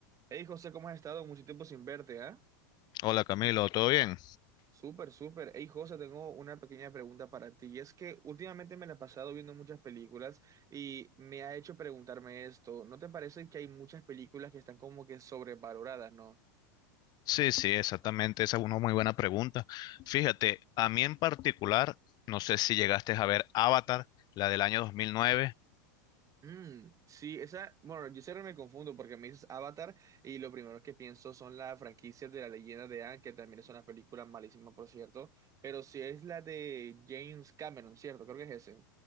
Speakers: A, on the right (about 30°); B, on the left (about 40°).
A: Hey José, ¿cómo has estado? Mucho tiempo sin verte, ¿ah?
B: Hola Camilo, ¿todo bien?
A: Súper, súper. Hey José, tengo una pequeña pregunta para ti. Y es que últimamente me la he pasado viendo muchas películas y me ha hecho preguntarme esto. ¿No te parece que hay muchas películas que están como que sobrevaloradas, no?
B: Sí, sí, exactamente, esa es una muy buena pregunta. Fíjate, a mí en particular, no sé si llegaste a ver Avatar, la del año 2009.
A: Mm, sí, esa, bueno, yo siempre me confundo porque me dices Avatar y lo primero que pienso son las franquicias de La Leyenda de Anne, que también es una película malísima, por cierto, pero si es la de James Cameron, ¿cierto? Creo que es ese.